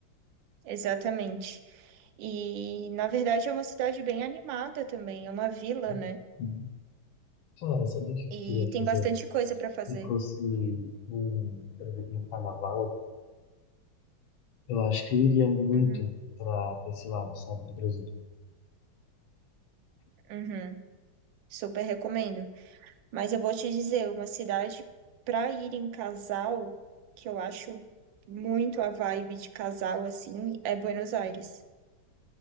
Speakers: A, on the right; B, on the left.
A: Exatamente. E, na verdade, é uma cidade bem animada também, é uma vila,
B: né?
A: né?
B: Uhum. Cara, sabe o que eu
A: E
B: queria
A: tem
B: fazer?
A: bastante coisa para fazer.
B: Se fosse um, por exemplo, um carnaval, eu acho que eu iria muito
A: Uhum,
B: para esse lado, sabe, do Brasil.
A: uhum. Super recomendo. Mas eu vou te dizer, uma cidade para ir em casal, que eu acho muito a vibe de casal, assim, é Buenos Aires.